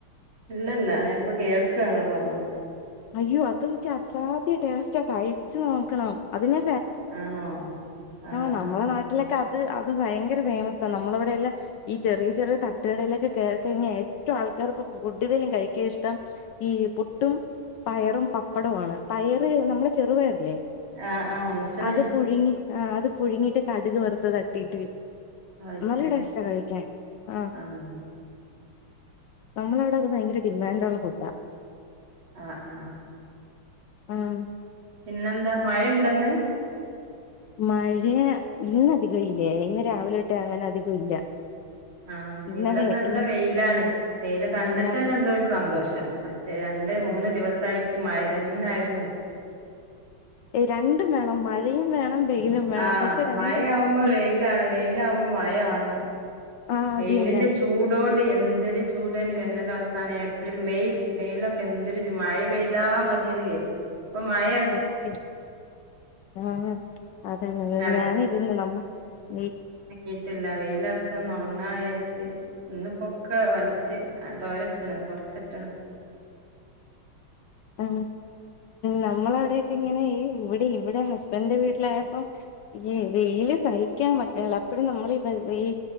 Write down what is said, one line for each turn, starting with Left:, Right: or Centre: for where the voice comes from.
Right: ഇല്ലല്ല ഞ പ്പൊ കേൾക്ക ഇങ്ങള് പറഞ്ഞപ്പോ
Left: അയ്യോ അത് <unintelligible> അസാധ്യ ടേസ്റ്റാ കഴിച്ചു നോക്കണം അതിനെ
Right: ആണോ ആഹ്
Left: ആ നമ്മളെ
Right: ആഹ്
Left: നാട്ടിലൊക്കെ അത് അത് ഭയങ്കര ഫേമസ് ആ നമ്മളവിടെല്ലാം ഈ ചെറിയ ചെറിയ തട്ടുകടയിലൊക്കെ കേറി കഴിഞ്ഞാൽ ഏറ്റവും ആൾക്കാർക്ക് കൂടുതലും കഴിക്കാൻ ഇഷ്ടം ഈ പുട്ടും പയറും പപ്പടോആണ് പയറ് നമ്മളെ ചെറുപയറില്ലേ
Right: ആഹ് ആഹ് മനസ്സിലായി
Left: അത് പുഴുങ്ങി ആഹ് അത് പുഴുങ്ങിട്ട് കടുക് വറുത്തത് തട്ടീട്ട്
Right: അത്
Left: നല്ല
Right: ശരി
Left: ടേസ്റ്റാ കഴിക്കാൻ ആഹ്
Right: ആണോ
Left: നമ്മള അവിടെ അത് ഭയങ്കര ഡിമാൻ് ഉള്ള ഫുഡാ
Right: ആഹ് ആഹ്
Left: ആഹ്
Right: പിന്നെന്താ മഴ ഇണ്ടോന്ന്
Left: മഴയ ഇന്ന് അധികം ഇല്ലേ ഇന്ന് രാവിലെ തൊട്ട് അങ്ങനെ അധികം ഇല്ല
Right: ആഹ്
Left: ഇന്നലെ
Right: ഇവിടെ
Left: ഇ
Right: വെയിലാണ് വെയിയില് കണ്ടിട്ട്
Left: ആഹ്
Right: തന്നെ എന്തോ ഒരു സന്തോഷം രണ്ട് മൂന്ന് ദിവസമായിട്ട് മയതന്ന ആയിരുന്നു
Left: രണ്ടും വേണം മഴയും വേണം വെയിലും വേണം
Right: ആ
Left: പക്ഷെ രണ്ടും
Right: മഴ ആവുമ്പോൾ
Left: ഈ
Right: വെയിൽ വേണം മഴ ആകുമ്പോ വെയിൽ വേണം
Left: ആഹ്
Right: വെയിലിന്റെ
Left: അത് തന്നെ
Right: ചൂടോണ്ട് എന്തൊരു ചൂടേനി വേനൽ അവസാനം ഏപ്രിൽ മെയ് മേയിലൊക്കെ എന്തൊരു ചൂടാ മഴ പെയ്താ മതിയന്ന് കരുതി ഇപ്പം മഴേ
Left: സത്യം ആ അതാണ്
Right: അല
Left: ഞാനിരുന്ന് നമ്മ ഈ
Right: ഇീട്ടില്ല വെയില അരച്ച ഒന്ന് ഉണങ്ങാ വിചാരിച്ച് ഇന്ന് പൊക്ക വലിച്ചു തോരട്ടണ് പുറത്തിട്ട്ണ്
Left: ആ നമ്മള അവിടെക്കെ ഇങ്ങനെ ഇവിടെ ഇവിടെ ഹസ്ബന്റ് ന്റെ വീട്ടിലായപ്പോ ഈ വെയില് സഹിക്കാൻ പറ്റ്ണില്ല അപ്പഴും നമ്മൾ ഈ വെയിൽ